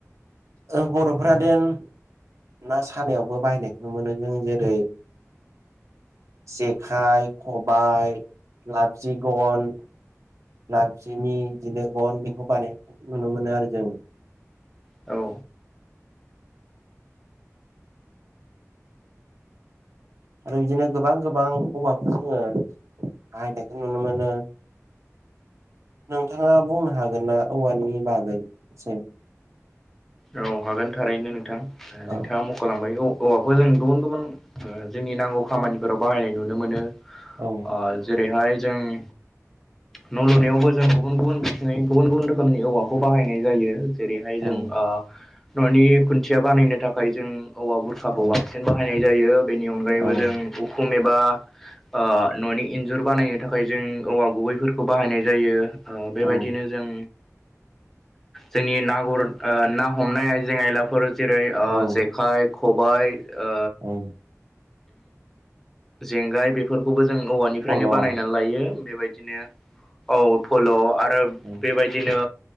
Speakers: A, on the right; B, in the centre.
A: ओ बर'फ्रादेन ना सानायावबो बाहायनायखौनो मोनो जों जेरै जेखाइ, खबायाइ, लाबजे गन। लाब जेनि बिदिनो गन बेखौ बानायनायखौ नुनो मोनो आरो जों।
B: औ
A: आरो बिदिनो गोबां गोबां औवाखौ जोङो बाहायनायखौ नुनो मोनो। नोंथाङा बुंनो हागोनना औवानि बागै एसे?
B: औ हागोन थारैनो नोंथां नोंथाङा
A: औ
B: म ख'लांमबाय औ औवाखौ जों गुबुन गुबुन जोंनि नांगौ खामानिफोराव बाहायनाय नुनो मोनो।
A: औ
B: अ जेरैहाय जों न' लुनायावबो जों गुबुन गुबुन बिथिङै गुबुन गुबुन रोखोमनि औवाखौ बाहायनाय जायो। जेरैहाय
A: औ
B: जों ओ न'नि खुन्थिया बानायनो थाखाय जों औवा बुरखाखौ
A: औ
B: बांसिन बाहायनाय जायो बेनि अनगायैबो
A: औ
B: जों उखुम एबा ओ न'नि इन्जुर बानायनो थाखाय जों औवा गुबैफोरखौ बाहायनाय जायो ओ बेबायदिनो
A: औ
B: जों जोंनि ना गुर ओ ना हमनाय आइजें आयलाफोर जेरै ओ
A: औ
B: जेखाइ खबायाइ ओ
A: औ
B: जेंगाय बेफोरखौबो जों औवानिफ्रायनो
A: फल' औ
B: बानायनानै लायो बेबायदिनो औ फल' आरो
A: औ
B: बेबायदिनो